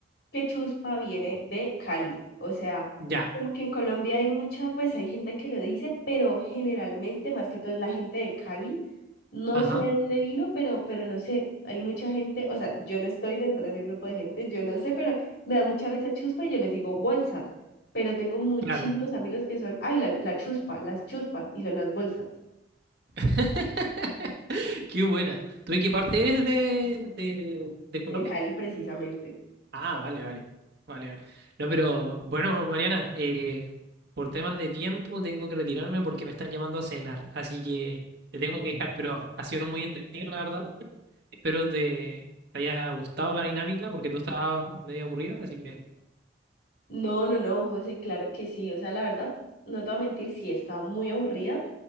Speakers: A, on the left (about 60°); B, on the right (about 60°).
A: que Chuspa viene de Cali. O sea,
B: Ya,
A: como que en Colombia hay mucha, pues hay gente que lo dice, pero generalmente, más que todo, es la gente de Cali. No
B: ajá,
A: sé de dónde vino, pero, pero no sé, hay mucha gente, o sea, yo no estoy dentro de ese grupo de gente, yo no sé, pero me da mucha risa Chuspa y yo les digo bolsas, pero tengo muchísimos
B: claro.
A: amigos que son, ay, la, la Chuspa, las Chuspas, y son las bolsas.
B: <laughs> Qué buena. ¿Tú de qué parte eres de, de, de
A: de
B: Colombia?
A: Cali precisamente.
B: Ah, vale, vale. Vale, vale. No, pero bueno, Mariana, eh, por temas de tiempo tengo que retirarme porque me están llamando a cenar. Así que te tengo que dejar, pero ha sido muy entretenido, la verdad. Espero te, te haya gustado la dinámica porque tú estabas medio aburrida. Así que
A: No, no, no, José, claro que sí. O sea, la verdad, no te voy a mentir, sí, estaba muy aburrida,